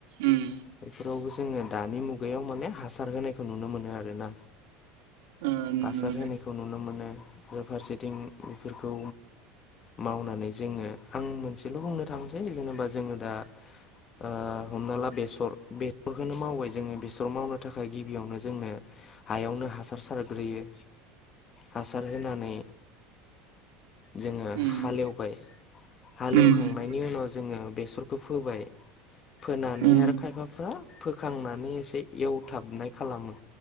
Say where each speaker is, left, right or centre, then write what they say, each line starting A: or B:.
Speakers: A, on the right; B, on the left.
A: उम
B: बेफारावबो जोंङो दिनि मुगायाव माने हा खौ नुनो मोनो आरोना
A: ओ नुनो
B: हासार
A: मोनो
B: होनायखौ नुनो मोनो बेरा फारसे थिं बेफोरखौ मावनानै जोङो आं मोनसेल' बुंनो थांसै जेनेबा जोङो दा ओ हमना ला बेसर बेसरखौनो मावबाय जोङो बेसर मावनो थाखाय गिबियावनो जोंनो हायावनो हासार सारग्रोयो हासार होनानै। जोङो
A: उम
B: हालेवबाय हालेवखांनायनि
A: उम
B: उनाव जोङो। बेसरखौ फोबाय। फोनानै
A: उम
B: आरो खायफाफ्रा फोखांनानै एसे एवथाबनाय खालामो